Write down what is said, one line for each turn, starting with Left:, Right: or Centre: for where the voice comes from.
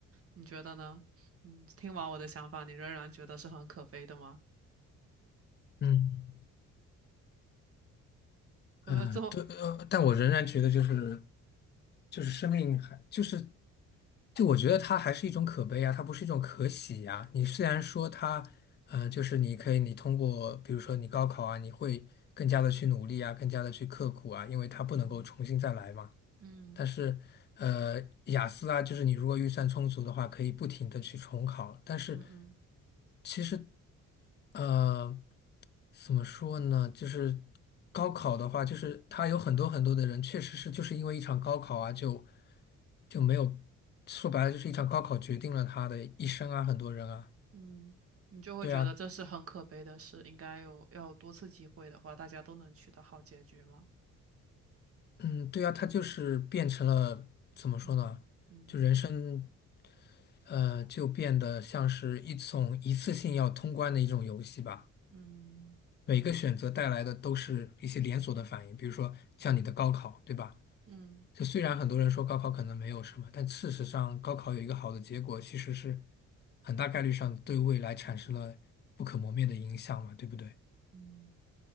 Right: 你觉得呢？嗯，听完我的想法，你仍然觉得是很可悲的吗？
Left: 嗯。呃，
Right: 我这么，
Left: 对，呃，但我仍然觉得就是就是生命还就是就我觉得它还是一种可悲啊，它不是一种可喜呀、你虽然说它，呃，就是你可以你通过比如说你高考啊，你会更加的去努力啊，更加的去刻苦啊，因为它不能够重新再来嘛。
Right: 嗯嗯。
Left: 但是，呃，雅思啊，就是你如果预算充足的话，可以不停的去重考。但是，
Right: 嗯嗯
Left: 其实，呃，怎么说呢？就是高考的话，就是他有很多很多的人，确实是就是因为一场高考啊，就就没有，说白了就是一场高考决定了他的一生啊，很多人啊，
Right: 嗯，你就会觉得这是很可悲的事，
Left: 对啊，
Right: 应该有要有多次机会的话，大家都能取得好结局吗？
Left: 嗯，对啊，他就是变成了怎么说呢？
Right: 嗯嗯
Left: 就人生。呃，就变得像是一种一次性要通关的一种游戏吧。
Right: 嗯
Left: 每个选择带来的都是一些连锁的反应，比如说像你的高考，对吧？
Right: 嗯
Left: 就虽然很多人说高考可能没有什么，但事实上高考有一个好的结果，其实是很大概率上对未来产生了不可磨灭的影响嘛，对不对？
Right: 嗯，